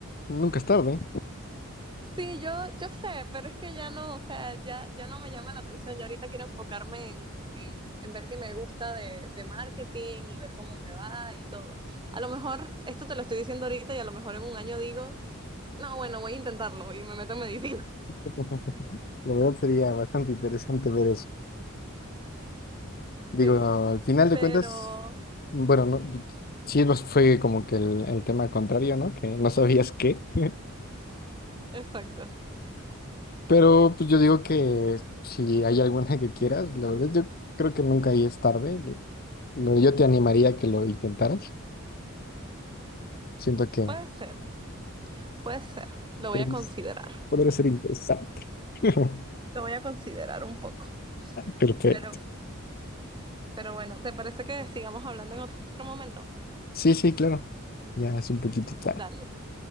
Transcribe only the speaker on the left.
Nunca es tarde.
<laughs> La verdad sería bastante interesante ver eso. Digo,
al final de
cuentas, bueno, no, sí nos fue como que el, el tema contrario, ¿no? Que no sabías qué. <laughs>
Pero pues yo digo que si hay alguna que quieras, la verdad yo creo que nunca ahí es tarde. Lo- Yo te animaría a que lo intentaras. Siento que...
pues,
Podría ser interesante. <laughs>
Perfecto.
Sí, sí, claro. Ya es un poquito tarde.